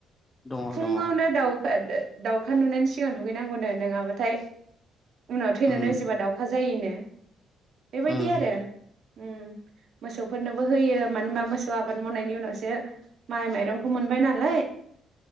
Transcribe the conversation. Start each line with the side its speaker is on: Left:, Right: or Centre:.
Left: दङ
Right: फुङावनो
Left: दङ।
Right: दाउखा दाउखा नुनायनि सिगांनो दुगैनांगौनो नङाबाथाय। उनाव थैनानै
Left: उम
Right: उजिबा दाउखाजा। जायोनो। बेबायदि
Left: उम
Right: आरो। उम मोसौफोरनोबो होयो मानो होनबा मोसौ आबाद मावनायनि उनावसो माइ माइरंखौ मोनबाय नालाय।